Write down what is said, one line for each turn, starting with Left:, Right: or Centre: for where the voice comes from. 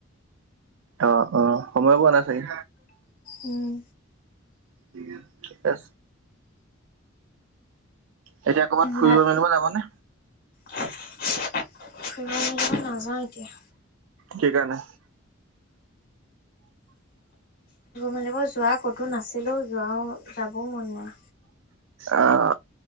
Right: অ', অ', সময় পোৱা নাই চাগে
Left: উম।
Right: ঠিকে আছে এতিয়া ক'ৰবাত ফুৰিব
Left: ভাত
Right: মেলিব যাবনে
Left: ফুৰিব লাগিবই নাযাওঁ এতিয়া
Right: কি কাৰনে
Left: মেলিব যোৱা ক'তো নাছিলো যোৱাও যাবও মন নাই
Right: আহ,